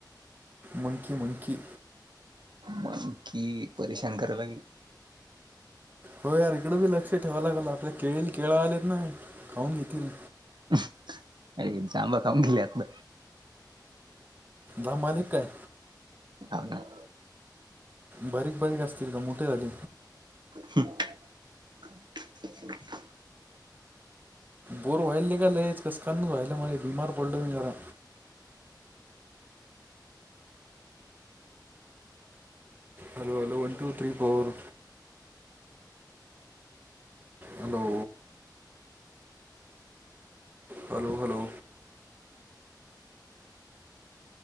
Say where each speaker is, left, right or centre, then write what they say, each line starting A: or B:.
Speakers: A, on the right; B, on the right.
A: मंकी मंकी
B: मंकी परेशान करायला लागलेत.
A: हो यार इकडं बी लक्ष ठेवाय लागल आपल्या केळीला केळ आलेत ना खाऊन घेतील.
B: हाय जांभळं खाऊन गेली आतन.
A: धमाल ये काय?
B: हाव नाय.
A: बारीक बारीक असतील का मोठे झाले.
B: हं <unintelligible>
A: बोर व्हायले निघालेच कसकाय नु व्हायलं मले बिमार पडलो मी जरा hello hello one two three four hello. Hello hello.